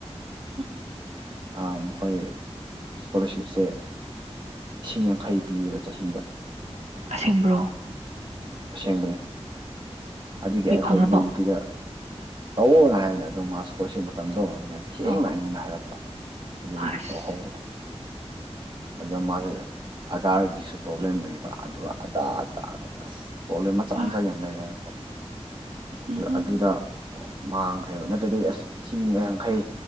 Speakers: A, on the right; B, on the right.
A: ꯎꯝ
B: ꯑ ꯍꯣꯏ ꯏꯁꯀꯣꯂꯥꯔꯁꯤꯞꯁꯦ ꯂꯤꯁꯤꯡ ꯌꯥꯡꯈꯩ ꯄꯤꯕ ꯆꯍꯤꯗ
A: ꯑꯁꯤꯦꯡꯕ꯭ꯔꯣ
B: ꯑꯁꯦꯡꯕꯅꯤ ꯑꯗꯨꯒꯤ ꯑꯩꯈꯣꯏ
A: ꯐꯪꯔꯕꯣ
B: ꯏꯅꯥꯎꯅꯨꯄꯤꯗ ꯇꯧꯑꯣꯅ ꯍꯥꯏꯕꯅꯦ ꯑꯗꯨ ꯃꯥꯁ ꯀꯣꯠꯁꯤ ꯃꯇꯝꯗꯣ ꯊꯦꯡꯅ
A: ꯑꯧ
B: ꯑꯩꯉꯣꯟꯗ ꯍꯥꯏꯔꯛꯄ ꯑꯗꯨꯗꯒꯤ
A: ꯑꯁ
B: ꯇꯧꯍꯧꯗ꯭ꯔꯦ ꯑꯗꯨꯗ ꯃꯥꯁꯤꯗ ꯑꯙꯥꯔꯒꯤꯁꯨ ꯄ꯭ꯔꯣꯕ꯭ꯂꯦꯝ ꯂꯩꯕ ꯑꯗꯨꯒ ꯑꯗꯗ ꯑꯁ ꯄ꯭ꯔꯣꯕ꯭ꯂꯦꯝ ꯃꯆꯥ
A: ꯑꯥ
B: ꯃꯆꯥ ꯌꯥꯝ ꯂꯩꯕ ꯍꯥꯏꯕꯇꯥꯔꯦ
A: ꯎꯝ ꯎꯝ
B: ꯑꯗꯨꯗ ꯑꯗꯨꯗ ꯑꯣ ꯃꯥꯡꯈ꯭ꯔꯦꯕ ꯅꯠꯇ꯭ꯔꯗꯤ ꯑꯁ ꯂꯤꯁꯤꯡ ꯌꯥꯡꯈꯩ